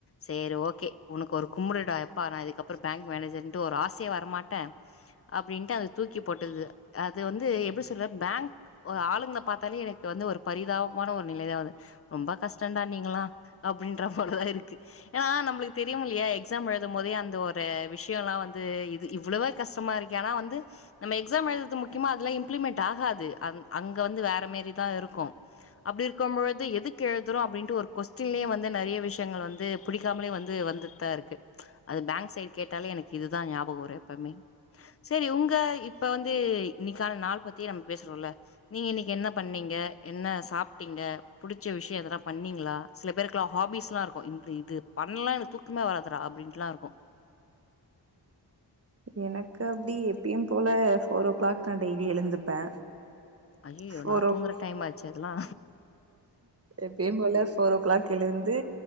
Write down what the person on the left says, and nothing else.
சேரி ஓகே உனக் ஒரு கும்புடுடா எப்பா நா இதுக்கப்றோ பேங்க் மேனேஜர்ன்டு ஒரு ஆசையே வரமாட்ட அப்டின்ட்டு அத தூக்கி போட்டது அ அது வந்து எப்டி சொல்ற பேங்க் ஆளுங்ள பாத்தாலே எனக்கு வந்து ஒரு பரிதாபமான ஒரு நிலைதாவது ரொம்ப கஷ்டோன்டா நீங்களா அப்டின்ற போலதா இருக்கு ஏனா நம்ளுக்கு தெரியுமில்லையா எக் ஸாம் எழுதும்போதே அந்த ஒரு விஷயோல்லா வந்து இது இவ்ளவா கஷ்டமா இருக்கு ஏனா வந்து நம்ம எக்ஸாம் எழுதுறது முக்கியமா அதலா இம்ப்ளிமெண்ட் ஆகாது அந் அங்க வந்து வேற மாரிதா இருக்கு அப்டி இருக்கம்பொழுது எதுக்கு எழுதுறோ அப்டின்ட்டு ஒரு கொஸ்டின்லயே வந்து நெறைய விஷயங்கள் வந்து பிடிக்காமலே வந்து வந்து தா இருக்கு அது பேங்க் சைட் கேட்டாலே எனக்கு இதுதா ஞாபகோ வரு எப்பவுமே செரி உங்க இப்ப வந்து இன்னைக்கான நாள் பத்தியே நம்ம பேசுறோல நீங்க இன்னைக்கி என்ன பண்ணீங்க என்ன சாப்டீங்க புடிச்ச விஷயோ எதனா பண்ணீங்களா சில பேருக்குலா ஹாபிஸ்லா இருக்கு இன்று இது பண்லனா எனக்கு தூக் கமே வராதுடா அப்டின்ட்லா இருக்கு
ஐயயோ
நா தூங்குற டைம் ஆச்சு அதெல்லா